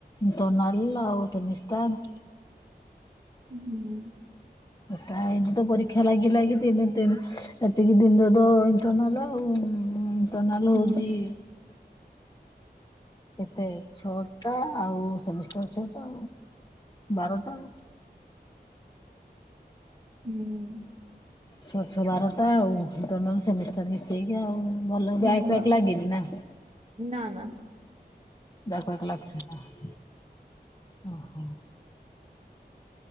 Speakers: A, on the left (about 25°); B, on the right (about 40°).
A: ଇଣ୍ଟରନାଲ ଆଉ ସେମିଷ୍ଟାର।
B: ହୁଁ ହୁଁ।
A: ଏଟା ଏଇତି ତ ପରୀକ୍ଷା ଲାଗିଲଗିକ ତିନିତି ଏତିକି ଦିନରେ ତ ଇଣ୍ଟରନାଲ। ଆଉ ଇଣ୍ଟରନାଲ
B: ହୁଁ
A: ହଉଚି କେତେ ଛଅ ଟା ଆଉ ସେମିଷ୍ଟାର ଛଅଟା ବାରଟା।
B: ହୁଁ।
A: ଛଅ ଛଅ ବାରଟା ଆଉ ଇଣ୍ଟରନାଲ ସେମିଷ୍ଠି ମିଶେଇକି ଆଉ ଭଲ ବ୍ୟାକ୍
B: ହଉ
A: ଫ୍ୟାକ୍
B: ଆଉ।
A: ଲାଗନି ନା।
B: ନା ନା।
A: <unintelligible> ଓହୋ